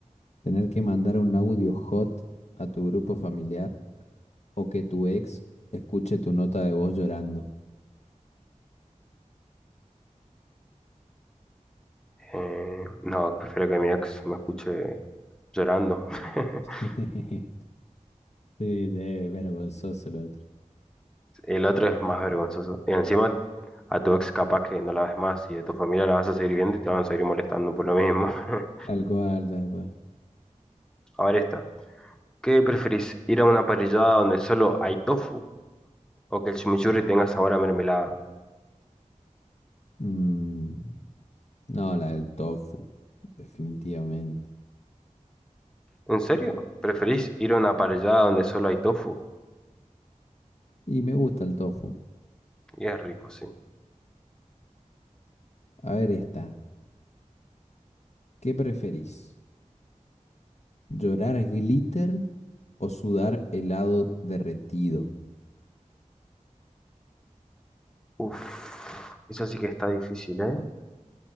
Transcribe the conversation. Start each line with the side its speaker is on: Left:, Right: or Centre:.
Left: ¿Tener que mandar un audio hot a tu grupo familiar o que tu ex escuche tu nota de voz llorando?
Centre: Eh, no, prefiero que mi ex me escuche llorando. <laughs>
Left: <laughs> Sí, es vergonzoso el otro.
Centre: El otro es más vergonzoso. Y encima a tu ex capaz que no la ves más y de tu familia la vas a seguir viendo y te van a seguir molestando por lo mismo. <laughs>
Left: Tal cual, tal cual.
Centre: A ver esta. ¿Qué preferís? ¿Ir a una parrillada donde solo hay tofu o que el chimichurri tenga sabor a mermelada?
Left: Mm, no, la del tofu, definitivamente.
Centre: ¿En serio? ¿Preferís ir a una parrillada donde solo hay tofu?
Left: Y me gusta el tofu.
Centre: Y es rico, sí.
Left: A ver esta. ¿Qué preferís? ¿Llorar glitter o sudar helado derretido?
Centre: Uf, eso sí que está difícil, ¿eh?